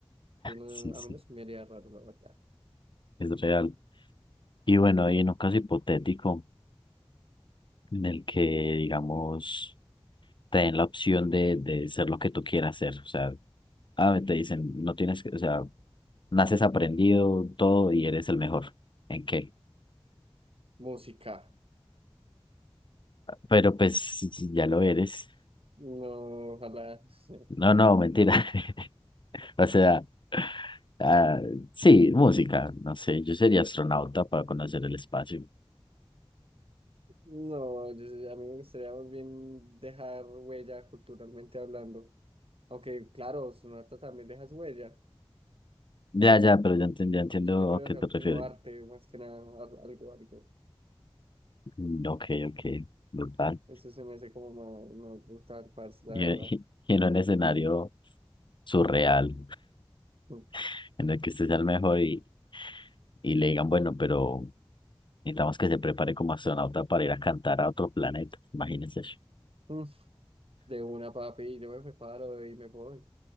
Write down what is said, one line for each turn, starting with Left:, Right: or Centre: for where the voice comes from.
Right: Entonces,
Left: sí,
Right: no- a
Left: sí,
Right: mí no se me haría raro, la verdad.
Left: es real. Y bueno, y en un caso hipotético en el que, digamos, te den la opción de, de ser lo que tú quieras ser, o sea, ah, te dicen, no tienes que, o sea, naces aprendido todo y eres el mejor. ¿En qué?
Right: Música.
Left: Pero pues si ya lo eres.
Right: No, ojalá. <laughs>
Left: No, no, mentira. <laughs> O sea, ah, sí, música, no sé, yo sería astronauta para conocer el espacio.
Right: No, yo- sé- a mí me gustaría más bien dejar huella culturalmente hablando. Aunque, claro, Sonata también deja su huella.
Left: Ya,
Right: Pues,
Left: ya, pero ya, enten- ya entiendo
Right: Yo, yo quiero
Left: a qué
Right: dejar
Left: te refieres.
Right: como arte, más que nada, al- algo, algo.
Left: Mm, Ok, ok, brutal.
Right: Eso se me hace como más, más brutal, parce, la
Left: Y,
Right: verdad.
Left: y- y en un escenario surreal,
Right: Mm,
Left: <laughs> en el que usted sea el mejor y, y le digan, bueno, pero necesitamos que se prepare como astronauta para ir a cantar a otro planeta. Imagínense eso.
Right: mm, De una, papi, yo me preparo y me voy.